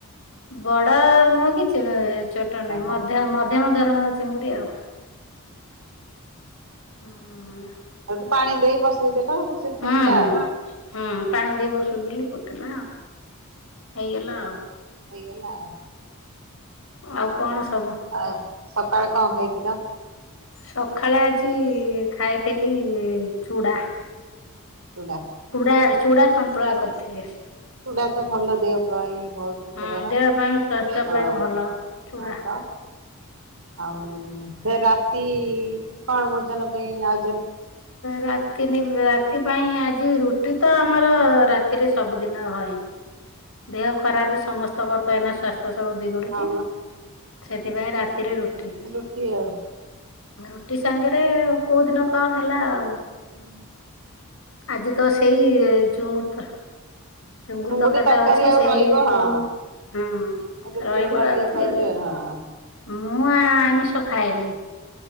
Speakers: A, on the left; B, on the right.
A: ବଡ ନହ କିଛି ଚୋଟ ନୁହେ
B: ଓହୋ
A: ମଧ୍ୟ ମଧ୍ୟମ ଧରଣର ଚିଙ୍ଗୁଡି ଆଉ
B: <unintelligible>
A: ହଁ
B: ଆଉଠୁ ପାଣି ଦେଇ ବସେଇ ଦେଲ ହେଠୁ ସେ ଫୁଟିଲା
A: ହୁଁ ହୁଁ
B: ଆ <unintelligible>
A: ହୁଁ ପାଣି ଦେଇ ବସୁଥିଲି ଫୁଟିଲା ହେଇଗଲା ଆଉ
B: ହେଇଗଲା ଆଉ।
A: ଆଉ କଣ ସବୁ?
B: ଆଉ ସକାଳେ କଣ ଖାଇଥିଲ?
A: ସକାଳେ ଆଜି ଖାଇଥିଲି ଚୁଡା।
B: ଚୁଡା
A: ଚୁଡା ଚୁଡ଼ା ସନ୍ତୁଳା କରିଥିଲି।
B: ପୁଡା ତ ଭଲ, ଦେହ ପାଇଁ ବହୁତ ଉପକାର
A: ହୁଁ ଦେହ ପାଇଁ ସ୍ୱାସ୍ଥ୍ୟ ପାଇଁ
B: ହ
A: ଭଲ ଚୁଡା।
B: ହ ପା ଆଉ ସେ ରାତି କଣ ଭୋଜନ ପାଇଁ ଆଉ
A: ରାତି, ରାତି ପାଇଁ ଆଜି ରୁଟି ତ ଆମର କିରେ ସବୁଦିନ ହଏ। ଦେହ ଖରାପ ସମସ୍ତଙ୍କରଏନା ସ୍ଵାସ୍ଥ୍ୟ ସବୁ ବିଗୁଡୁଛି,
B: ହଁ
A: ସେଥିପାଇଁ ରାତି ରାତିରେ ରୁଟି,
B: ରୁଟି ଆଉ।
A: ରୁଟି ସାଙ୍ଗରେ କୋଉ ଦିନ କଣ ହେଲା ଆଉ?
B: <inaudible>
A: ଆଜି ତ ସେଇ ଚୁଙ୍ଗୁଡିତର, ଚୁଙ୍ଗୁଡି
B: ଚିଙ୍ଗୁଡି
A: ତରକାରିଟା
B: ତରକାରୀ
A: ଅଛି
B: ଆଉ
A: ସେଇ
B: ରହିବ ହଁ
A: ହୁଁ,
B: ରୁଟି
A: ରହିବ
B: ଲଗେଇକି
A: ରାତିରେ
B: ଖାଇବି
A: ବି ଆଉ।
B: ହଁ।
A: ମୁଁଆ ଆମିଷ ଖାଏନି।